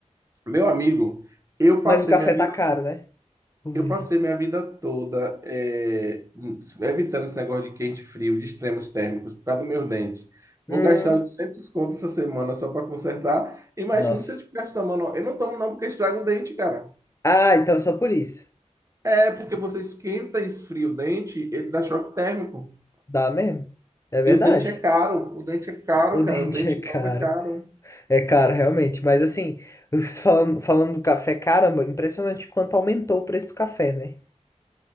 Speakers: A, on the right; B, on the left.
A: Meu amigo, eu passei
B: Mas o café
A: minha vida,
B: tá caro, né? Inclusive.
A: eu passei minha vida toda eh, evitando esse negócio de quente e frio, de extremos térmicos, por causa dos meus dentes. Vou
B: Hum,
A: gastar 800 conto essa semana só para consertar. Imagina
B: nossa.
A: se eu tivesse tomando. Eu não tomo não porque estraga o dente, cara.
B: Ah, então é só por isso.
A: É porque você esquenta e esfria o dente, ele dá choque térmico.
B: Dá mesmo. É verdade.
A: E o dente é caro. O dente é caro,
B: O <laughs> dente
A: cara. Um dente
B: é caro.
A: novo é caro.
B: É caro, realmente. Mas assim, <laughs> falando, falando do café, caramba, impressionante quanto aumentou o preço do café, né?